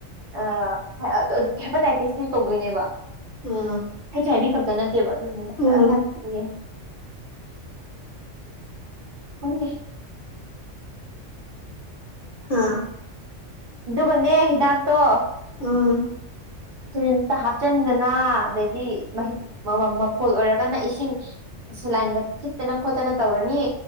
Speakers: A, on the right (about 55°); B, on the left (about 50°).
A: ꯑꯥ ꯍꯦꯄꯥꯇꯥꯏꯇꯤꯁꯇ ꯇꯧꯗꯣꯏꯅꯦꯕ
B: ꯎꯝ
A: ꯑꯩ ꯆꯥꯏꯕꯤ ꯈꯛꯇ ꯅꯠꯇꯦꯕ ꯑꯗꯨꯗꯨꯅ ꯈꯔ
B: ꯎꯝ
A: ꯁꯥꯊꯤꯌꯦ ꯎꯗꯦ
B: ꯍꯥ
A: ꯑꯗꯨꯒꯅꯦ ꯍꯤꯗꯥꯛꯇꯣ
B: ꯑꯨꯝ
A: ꯁꯔꯤꯟꯁꯇ ꯍꯥꯞꯆꯤꯟꯗꯅ ꯑꯗꯩꯗꯤ ꯃꯍꯤꯛ ꯃꯐꯣꯜ ꯑꯣꯏꯔꯒꯅ ꯏꯁꯤꯡ ꯁ ꯂꯥꯏꯟꯒ ꯊꯈꯤꯠꯇꯅ ꯈꯣꯠꯇꯅ ꯇꯧꯔꯅꯤ